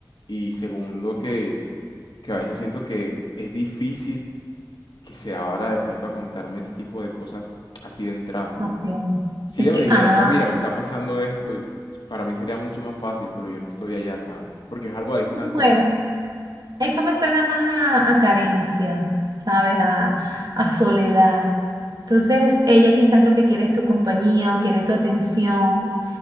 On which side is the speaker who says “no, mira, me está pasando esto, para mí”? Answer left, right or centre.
Left